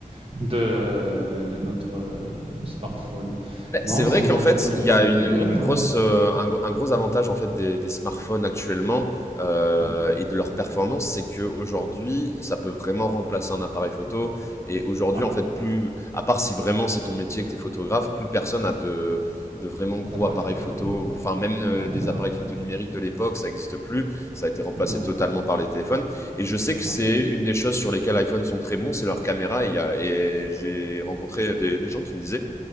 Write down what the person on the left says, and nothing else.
Beh,
c'est vrai
qu'en fait,
il
y a une
une grosse,
heu, un gros un gros avantage, en fait, des des smartphones actuellement, heu
et de leur performance, c'est que aujourd'hui, ça peut vraiment remplacer un appareil photo et aujourd'hui,
en fait, plus à part si vraiment c'est ton métier que tu es photographe, plus personne a de de vraiment gros
appareils
photo enfin, même, heu,
des
appareils photo numériques de l'époque, ça n'existe plus. Ça a été remplacé
totalement par les téléphones et je sais que c'est
une des choses sur lesquelles iPhone sont très bons, c'est leurs caméras et il y a et j'ai rencontré des des gens qui me disaient: